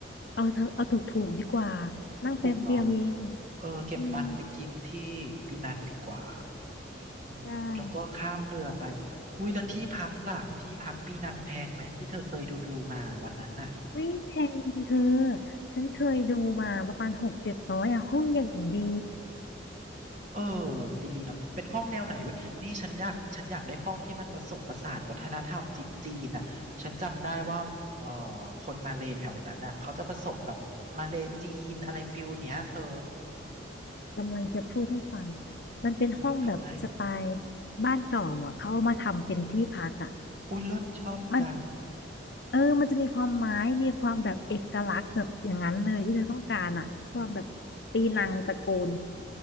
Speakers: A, on the left; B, on the right.
A: เอาเธอเอาถูกถูกดีกว่า
B: ถูกถูกๆเนาะ
A: นั่งแป๊บเดียวเอง
B: เออเก็บตังค์ไปกินที่ปีนังดีกว่า
A: อืม
B: อืมแล้วก็ข้ามเรือไป
A: ไช่
B: อุ้ยแล้วที่พักล่ะที่พักปีนังแพงไหมที่เธอเคยดูดูมาวันนั้นน่ะ
A: ไม่แพงเธอฉันเคยดูมาประมาณหกเจ็ดร้อยอะห้องอย่างดี
B: เออดีเนาะเป็นห้องแนวไหนอุ้ยนี่ฉันอยากฉันอยากได้ห้องที่มันผสมผสานวัฒนธรรมจีนจีนน่ะฉันจำได้ว่าเออคนมาเลแถวนั้นน่ะเขาจะผสมแบบมาเลจีนอะไรฟิลเนี้ยเธอ
A: กำลังจะพูดให้ฟังมันเป็นห้องแบบสไตล์
B: อุ้ยทำไม
A: บ้านเก่าอะเขาเอามาทำเป็นที่พักอะ
B: อุ้ยรลชอบจัง
A: มัน เออ มันจะมีความไม้มีความแบบเอกลักษณ์แบบอย่างนั้นเลยที่เธอต้องการอะความแบบปีนังตระกูล